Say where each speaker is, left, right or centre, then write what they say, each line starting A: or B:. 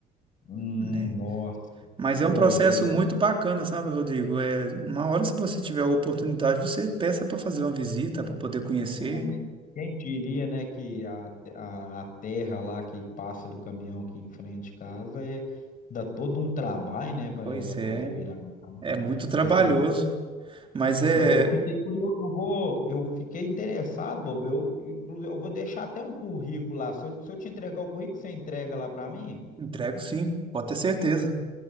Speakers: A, on the left; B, on the right.
A: Hum,
B: né?
A: nossa,
B: Mas
A: que
B: é um
A: doideira.
B: processo muito
A: hein?
B: bacana, sabe, Rodrigo? É, uma hora, se você tiver a oportunidade, você peça para fazer uma visita, para poder conhecer.
A: Não, mas Quem diria, né, que a, a, a terra lá que passa do caminhão aqui em frente de casa é, dá todo um trabalho, né, para
B: Pois
A: ela
B: é,
A: poder virar uma casa.
B: é
A: né?
B: muito trabalhoso,
A: Esse
B: mas é,
A: Mas eu fiquei curioso, eu vou, eu fiquei interessado, Bob. Eu, inclu- eu vou deixar até um currículo lá. Se eu, se eu te entregar o currículo, você entrega lá para mim?
B: Entrego sim, pode ter certeza.